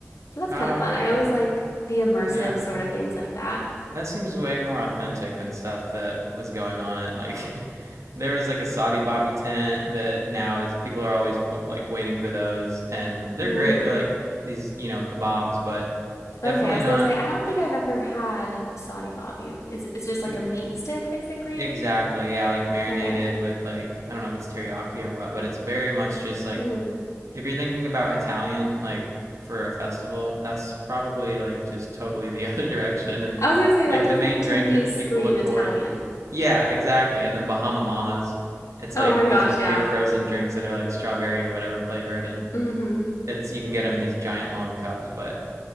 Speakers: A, on the left; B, on the right.
A: So that's
B: Oh,
A: kind of fun.
B: okay.
A: I always like the immersive
B: Yeah.
A: sort of things like that.
B: That seems way more authentic than stuff that was going on at like <laughs> there was like a Saudi Bobby tent that now is people are always like waiting for those and they're
A: Mm.
B: great. They're like these, you know, kebabs, but
A: Okay,
B: definitely
A: I was
B: not
A: gonna say I don't think I've ever had a Saudi bobby. It's it's just like
B: y-
A: a meat stick basically.
B: exactly. Yeah, like marinated
A: Okay.
B: with like I don't know if it's teriyaki or what, but it's very much just like
A: Mm.
B: if you're thinking about Italian, like for a festival, that's probably like just totally the <laughs> other direction. And
A: I was gonna say
B: like
A: that doesn't
B: the main drink
A: to me
B: that
A: scream
B: people look
A: Italian.
B: forward, yeah, exactly. And the Bahama Mamas, it's
A: Oh
B: like
A: my
B: these
A: gosh, yeah.
B: big frozen drinks that are like strawberry or whatever flavored, and
A: Mm-hmm.
B: it's you can get them in these giant long cups. But